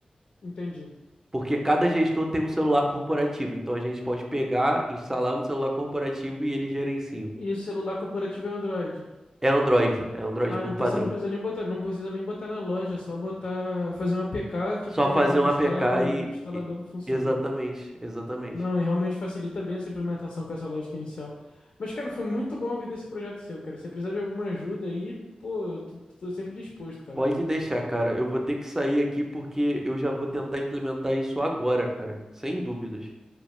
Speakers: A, on the left (about 60°); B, on the right (about 20°).
A: Entendi.
B: Porque cada gestor tem um celular corporativo, então a gente pode pegar, instalar no celular corporativo e ele gerencia.
A: E o celular corporativo é Android?
B: É Android, é Android
A: Ah,
B: por
A: então
B: padrão.
A: você não precisa nem botar, não precisa nem botar na loja, é só botar, fazer um APK que,
B: Só
A: que
B: fazer
A: o
B: um
A: instala
B: APK e.
A: e o instalador
B: e-
A: funciona.
B: Exatamente, exatamente.
A: Não, e realmente facilita bem essa implementação com essa lógica inicial. Mas, cara, foi muito bom ouvir desse projeto seu, cara. Se precisar de alguma ajuda aí, pô, eu tô, tô sempre disposto, cara.
B: Pode deixar, cara. Eu vou ter que sair aqui porque eu já vou tentar implementar isso agora, cara. Sem dúvidas.